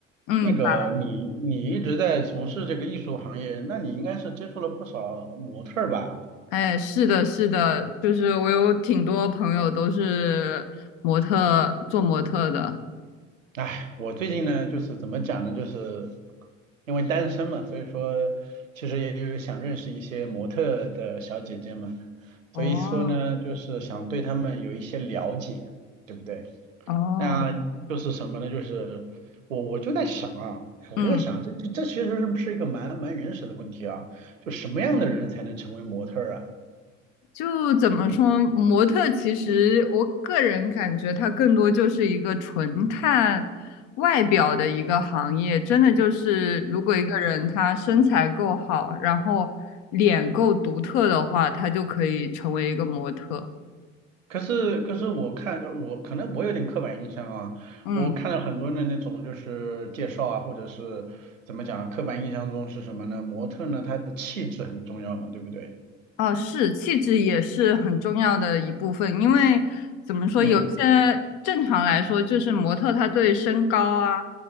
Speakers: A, on the left; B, on the right.
A: 嗯，
B: 那个你你一直在从事这个艺术行业，
A: 反
B: 那你应该是接触了不少模特儿吧？
A: 哎，是的，是的，就是我有挺多朋友都是模特，做模特的。
B: 哎，我最近呢，就是怎么讲呢，就是因为单身嘛，所以说其实也有想认识一些模特的小姐姐嘛，所以说呢，
A: 哦
B: 就是想对她们有一些了解，对不对？
A: 哦，
B: 那就是什么呢？就是我我就在想啊，我就在想啊，
A: 嗯，
B: 这这这其实是是一个蛮蛮原始的问题啊，就什么样的人才能成为模特儿啊？
A: 就怎么说，模特其实我个人感觉它更多就是一个纯看外表的一个行业，真的就是如果一个人他身材够好，然后脸够独特的话，他就可以成为一个模特。
B: 可是，可是我看就我可能我有点刻板印象啊，
A: 嗯。
B: 我看了很多的那种就是介绍啊，或者是怎么讲，刻板印象中是什么呢？模特呢，她的气质很重要嘛，对不对？
A: 哦，是，气质也是很重要的一部分，因为怎么说，
B: 嗯，
A: 有一些正常来说，就是模特他对身高啊，